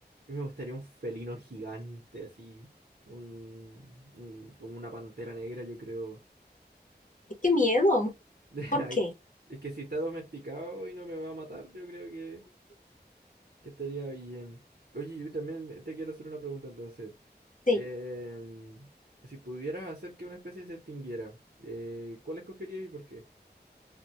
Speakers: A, on the right (about 70°); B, on the left (about 50°).
A: Me gustaría un felino gigante así, un, un- como una pantera negra, yo creo.
B: Qué miedo.
A: <laughs>
B: ¿Por
A: Ay,
B: qué?
A: Es que si está domesticado y no me va a matar, yo creo que Que estaría bien. Oye, yo también te quiero hacer una pregunta entonces.
B: Sí.
A: Em, si pudieras hacer que una especie se extinguiera, eh, ¿cuál escogerías y por qué?